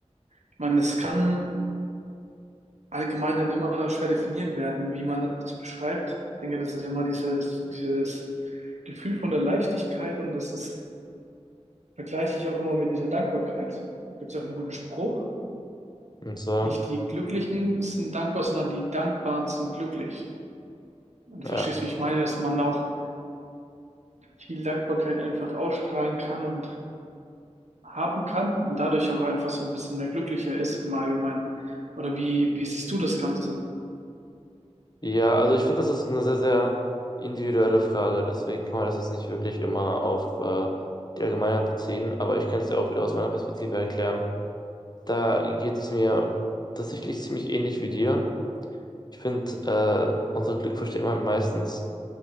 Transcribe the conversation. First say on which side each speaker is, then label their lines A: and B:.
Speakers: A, on the right; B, on the left.
A: Ich meine, es kann allgemein halt immer schwer definiert werden, wie man das beschreibt. Ich denke, das ist immer dieses, dieses Gefühl von der Leichtigkeit und das ist, vergleiche ich auch immer mit dieser Dankbarkeit. Da gibt es auch einen guten Spruch.
B: Und so,
A: Nicht die Glücklichen sind dankbar, sondern die Dankbaren sind glücklich. Und
B: ja.
A: verstehst, du, wie ich meine, dass man auch viel Dankbarkeit einfach ausstrahlen kann und haben kann und dadurch auch einfach so ein bisschen mehr glücklicher ist im Allgemeinen. Oder wie, wie siehst du das Ganze?
B: Ja, also ich finde, das ist eine sehr, sehr individuelle Frage. Deswegen kann man das jetzt nicht wirklich immer auf äh, die Allgemeinheit beziehen. Aber ich kann es dir auch wieder aus meiner Perspektive erklären. Da geht es mir tatsächlich ziemlich ähnlich wie dir. Ich finde, äh, unter Glück versteht man meistens